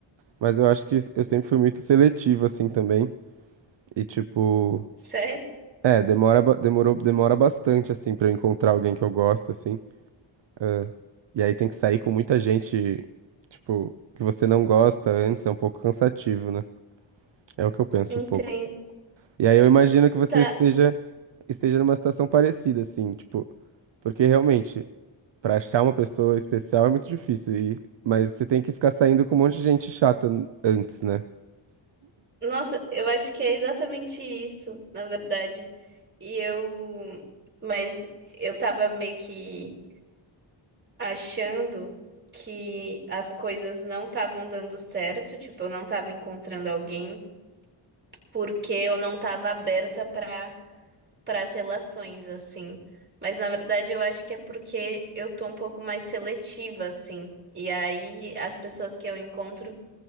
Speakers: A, on the right (about 65°); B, on the right (about 25°).
A: Mas eu acho que eu sempre fui muito seletivo, assim, também. E, tipo,
B: Sério?
A: é, demora, ba- demorou, demora bastante, assim, pra eu encontrar alguém que eu gosto, assim. Ah, e aí tem que sair com muita gente, tipo, que você não gosta antes, é um pouco cansativo, né? É o que eu penso
B: Entendo.
A: um pouco. E aí eu imagino que você
B: Tá,
A: esteja, esteja numa situação parecida, assim, tipo, porque realmente, pra achar uma pessoa especial é muito difícil, e, mas você tem que ficar saindo com um monte de gente chata n- antes, né?
B: Nossa, eu acho que é exatamente isso, na verdade. E eu. Mas eu tava meio que achando que as coisas não estavam dando certo, tipo, eu não tava encontrando alguém, porque eu não tava aberta para para as relações, assim. Mas na verdade eu acho que é porque eu tô um pouco mais seletiva, assim. E aí as pessoas que eu encontro,